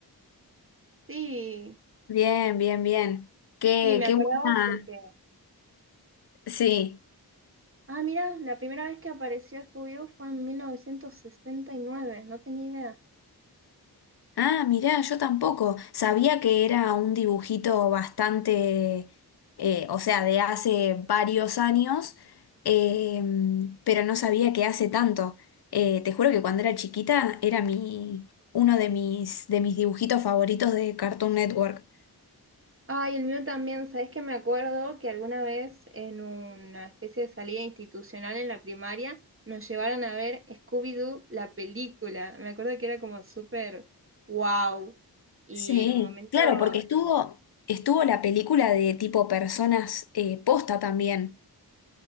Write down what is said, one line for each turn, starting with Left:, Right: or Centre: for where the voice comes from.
Right: Sí,
Left: Bien, bien, bien. Qué,
Right: sí, me
Left: qué
Right: acordaba
Left: buena.
Right: porque...
Left: Sí,
Right: Ah, mira, la primera vez que apareció Scooby-Doo fue en 1969, no tenía idea.
Left: Ah, mirá, yo tampoco. Sabía que era un dibujito bastante, eh, o sea, de hace varios años, em, pero no sabía que hace tanto. Eh, te juro que cuando era chiquita era mi, uno de mis, de mis dibujitos favoritos de Cartoon Network.
Right: Ay, el mío también, ¿sabes que me acuerdo que alguna vez en una especie de salida institucional en la primaria nos llevaron a ver Scooby-Doo, la película? Me acuerdo que era como súper wow. Y
Left: Sí,
Right: en un momento,
Left: claro, porque estuvo,
Right: eh,
Left: estuvo la película de tipo personas eh, posta también.